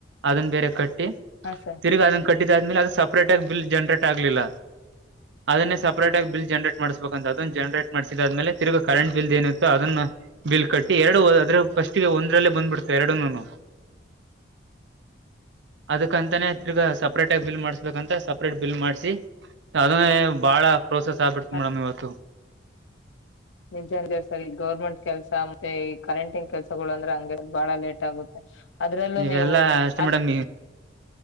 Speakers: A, on the right; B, on the left.
A: ಅದನ್ನ ಬೇರೆ ಕಟ್ಟಿ
B: ಹಾ ಸರ್
A: ತಿರ್ಗ ಅದನ್ ಕಟ್ಟ ಇದ್ಮೇಲೆ ಅದು ಸಪರೇಟ್ ಆಗ ಬಿಲ್ ಜನರೇಟ್ ಆಗ್ಲಿಲ್ಲ <inaudible> ಅದನ್ನೇ ಸಪರೇಟ್ ಆಗ ಬಿಲ್ ಜನ್ರೇಟ್ ಮಾಡಿಸಬೇಕಂತ ಅದನ್ನು ಜನರೇಟ್ ಮಾಡಸಿದಾದ್ಮೇಲೆ ತಿರ್ಗ ಕರೆಂಟ್ ಬಿಲ್ ಏನಿತ್ತು ಅದನ್ನು ಬಿಲ್ ಕಟ್ಟಿ ಎರಡು ಫಸ್ಟ್ ಒಂದ್ರಲ್ಲೇ ಬಂದ್ಬಿಡ್ದೆ ಎರಡನ್ನು ಅದಕ್ಕಂತಾನೇ ತಿರ್ಗಿ ಸಪ್ರೇಟಾಗಿ ಬಿಲ್ ಮಾಡಿಸ್ಬೇಕಂತ ಸಪ್ರೇಟ್ ಬಿಲ್ ಮಾಡಿಸಿ ಅದನ್ನೇ ಭಾಳ ಪ್ರೋಸೆಸ್ ಆಗ್ಬಿಡ್ತು
B: ಹ
A: ಮೇಡಮ್ ಇವತ್ತು
B: <unintelligible> ಸರ್ ಈ ಗೌರ್ಮೆಂಟ್ ಕೆಲ್ಸ ಮತ್ತೆ ಕರೆಂಟಿಂಗ್ ಕೆಲಸಗಳು ಅಂದ್ರೆ ಹಂಗೆ ಬಹಳ ಲೇಟ್ ಆಗುತ್ತೆ ಅದ್ರಲ್ಲೂ
A: ಇವೆಲ್ಲ
B: ನೀವು
A: ಅಷ್ಟೇ
B: ಅಷ್ಟ
A: ಮೇಡಮ್